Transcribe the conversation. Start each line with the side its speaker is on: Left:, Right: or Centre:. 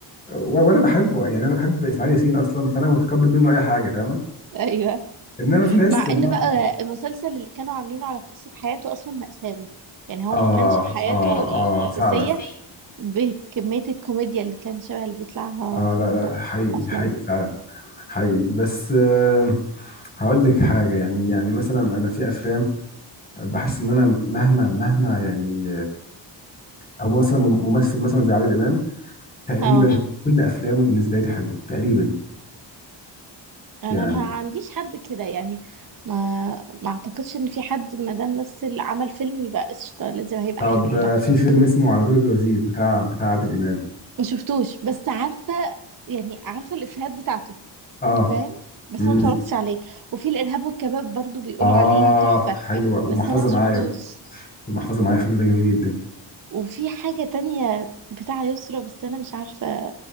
Left: و- وانا بحبه يعني انا بحب اسماعيل ياسين اصلا فانا متقبل منه اي حاجه فاهمه
Right: ايوه
Left: انما في ناس
Right: مع
Left: بتقعد
Right: ان بقى المسلسل اللي كانوا عاملينه على قصة حياته اصلا مأساوي يعني هو
Left: اه
Right: ما كانش في حياته
Left: اه
Right: الأساسية
Left: اه فعلا
Right: بكمية الكوميديا اللي كان شبه اللي بيطلعها
Left: اه
Right: في
Left: لا لا حقيقي
Right: الأفلام
Left: حقيقي فعلا حقيقي بس آه هقول لك حاجه يعني يعني مثلا انا في افلام بحس ان انا مهما مهما يعني او مثلا ممثل مثلا زي عادل امام تقريبا
Right: اه
Left: كل افلامه بالنسبه لي حلوه تقريبا
Right: انا
Left: يعني
Right: ما عنديش حد كده يعني ما ما اعتقدش ان في حد ما دام مثل عمل فيلم يبقى قشطة لازم هيبقى
Left: طب
Right: حلو وتحفة
Left: في فيلم اسمه على باب الوزير بتاع بتاع عادل امام
Right: ما شفتوش بس عارفة يعني عارفة الإفيهات بتاعته
Left: اه
Right: فاهم بس
Left: امم
Right: ما اتفرجتش عليه وفي الارهاب والكباب برضو بيقولوا
Left: اه
Right: عليه تحفة
Left: حلوه ومحفظه
Right: بس انا ما شفتوش
Left: معايا المحفظه معايا الفيلم ده جميل جدا
Right: وفي حاجة تانية بتاع يسرا بس انا مش عارفة